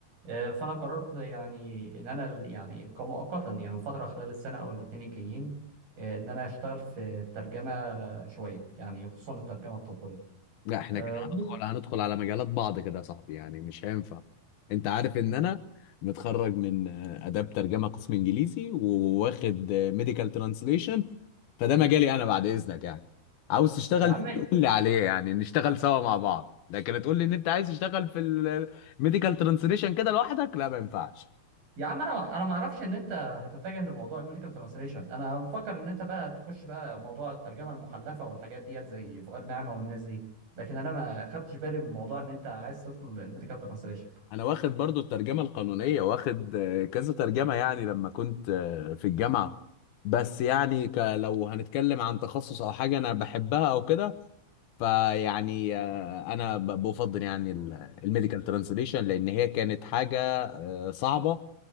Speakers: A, on the right; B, on the left.
A: آه، فانا قررت يعني ان انا يعني كمؤقتا يعني الفتره خلال السنه او الاثنين الجايين آه، ان انا اشتغل في الترجمه شويه يعني خصوصا الترجمه الطبيه
B: لا احنا
A: آه،
B: كده هندخل
A: ممكن-
B: هندخل على مجالات بعض كده يا صاحبي يعني مش هينفع انت عارف ان انا متخرج من آه، اداب ترجمه قسم انجليزي وواخد ميديكال ترانسليشن فده مجالي انا بعد اذنك يعني عاوز تشتغل
A: يا عم
B: فيه قول لي عليه يعني نشتغل سوا مع بعض لكن تقول لي ان انت عايز تشتغل في الميديكال ترانسليشن كده لوحدك لا ما ينفعش
A: يا عم انا انا ما اعرفش ان انت هتتجه لموضوع الميديكال ترانسليشن انا مفكر ان انت بقى تخش بقى موضوع الترجمه المحلفه والحاجات ديت زي فؤاد نعمه والناس دي لكن انا ما خدتش بالي من موضوع ان انت عايز تدخل الميديكال ترانسليشن
B: انا واخد برضو الترجمه القانونيه واخد آه، كذا ترجمه يعني لما كنت آه، في الجامعه بس يعني ك- لو هنتكلم عن تخصص او حاجه انا بحبها او كده فيعني آه، انا ب- بفضل يعني الميديكال ترانسليشن لان هي كانت حاجه آه، صعبه